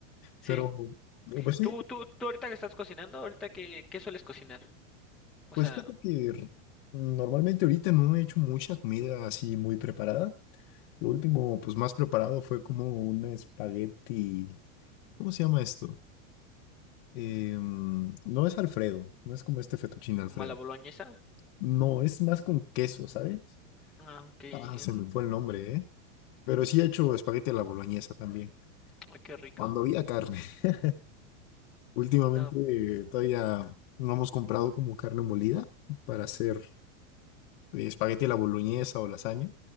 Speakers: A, in the centre; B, on the left (about 45°).
A: Sí.
B: pero pero pues sí,
A: ¿Tú, tú, tú ahorita que estás cocinando, ahorita qué, qué sueles cocinar? O
B: pues
A: sea,
B: fíjate que r- normalmente ahorita no he hecho mucha comida así muy preparada. Lo último, pues más preparado fue como un espagueti ¿Cómo se llama esto? Em, no es Alfredo, no es como este fettuccine Alfredo.
A: como a la boloñesa.
B: No, es más con queso, ¿sabes?
A: Ah, ok. en-
B: Ah, se me fue el nombre, ¿eh? Pero sí he hecho
A: eh,
B: espagueti a la boloñesa también,
A: ay, qué rico.
B: cuando había carne. <laughs> Últimamente
A: No,
B: eh, todavía no hemos comprado como carne molida para hacer eh, espagueti a la boloñesa o lasaña,